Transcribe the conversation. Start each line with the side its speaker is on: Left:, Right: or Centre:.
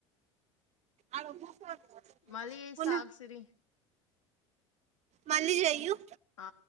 Right: ఆడ కాకున్నారూ సర్
Left: మళ్ళీ
Right: వాళ్ళు
Left: సాగు సిరి
Right: మళ్ళీ జెయు
Left: ఆ